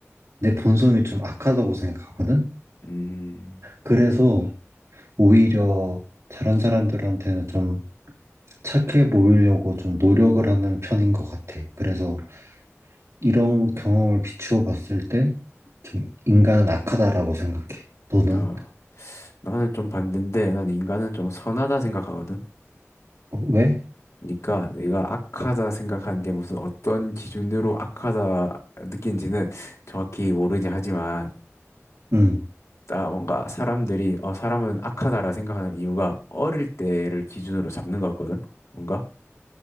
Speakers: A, on the right (about 70°); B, on the left (about 70°).
A: 내 본성이 좀 악하다고 생각하거든?
B: 음,
A: 그래서 오히려 다른 사람들한테는 좀 착해 보이려고 좀 노력을 하는 편인 것 같아. 그래서 이런 경험을 비추어 봤을 때, 좀 인간은 악하다라고 생각해. 너는?
B: 어, 나는 좀대인데 난 인간은 좀 선하다 생각하거든.
A: 어, 왜?
B: 그러니까 내가 악하다 생각하는 게 무슨 어떤 기준으로 악하다 느낀지는 정확히 모르긴 하지만,
A: 응,
B: 아, 뭔가 사람들이, 어, 사람은 악하다라 생각하는 이유가 어릴 때를 기준으로 잡는 것 같거든. 뭔가?